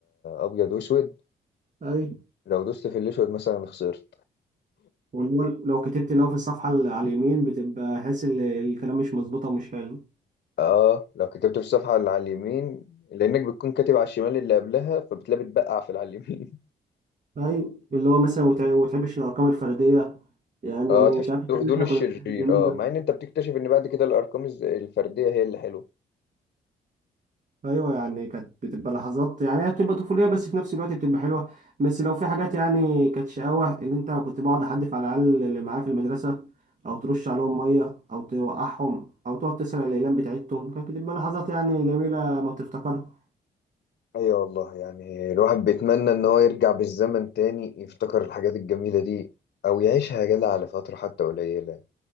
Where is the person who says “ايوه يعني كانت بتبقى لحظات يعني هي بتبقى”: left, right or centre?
Right